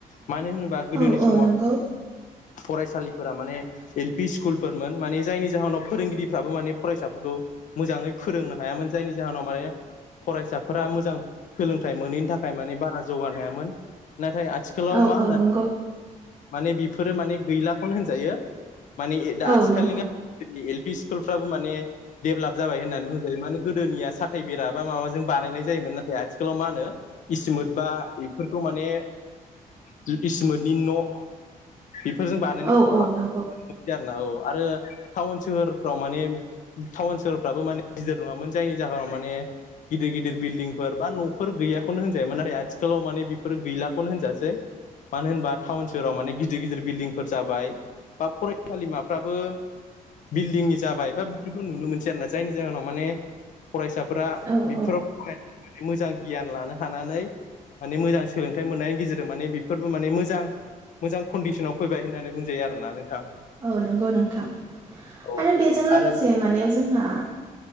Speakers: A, on the left; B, on the right.
A: मानो होनोबा गोदोनि
B: औ
A: समाव
B: नंगौ
A: फरायसालिफोरा माने एल पि स्कुलफोरमोन माने <unintelligible> जायनि जाहोनाव फोरोंगिरिफ्राबो माने फरायसाफोरखौ मोजाङै फोरोंनो हायामोन जायनि जाहोनाव माने फरायसाफोरा मोजां सोलोंथाइ मोनैनि थाखाय माने बारा जौगानो हायामोन नाथाय आ <unintelligible> थिखालाव
B: औ
A: मा
B: औ
A: होनना
B: नंगौ
A: माने बेफोरो माने गैलाखौनो होनजायो। माने इ
B: औ
A: दा आथिखालनि
B: नंगौ
A: गामिनि एल पि स्कुलफ्राबो माने देभलाप जाबाय होननानै बुंजायो माने गोदोनिया साथाय बेरा बा माबा जों बानायनाय जायोमोन नाथाय आथिखालाव मा होनो इसोमोत बा बेफोरखौ माने <unintelligible> इसोमोतनि न' बेफोरजों <unintelligible> आरोना
B: औ औ नंगौ
A: औ आरो थाउन सोहोरफ्राव माने थाउन सोहोरफ्राबो माने गिदिर नङामोन जायनि जाहोनाव माने गिदिर गिदिर बिल्डिंफोर बा न'फोर गैयाखौनो होनजायोमोन आथिखालाव माने बेफोर गैलाखौनो होनजासै मानो होनबा थाउन सोहोराव माने गिदिर गिदिर बिल्डिंफोर जाबाय बा फरायसालिमाफ्राबो बिल्डिंनि जाबाय बा बेफोरखौ नुनो मोनसै आरोना जायनि जाहोनाव माने फरायसाफोरा
B: औ
A: बेफोराव
B: औ
A: <unintelligible> मोजां गियान लानो हानानै माने मोजां सोलोंथाइ मोननायनि गेजेरजों माने बेफोरबो माने मोजां मोजां खन्डिसनाव फैबाय होननानै बुंजायो आरोना नोंथां।
B: औ नंगौ नोंथां।
A: औ
B: आरो बेजों लोगोसे
A: आरो
B: माने जोंहा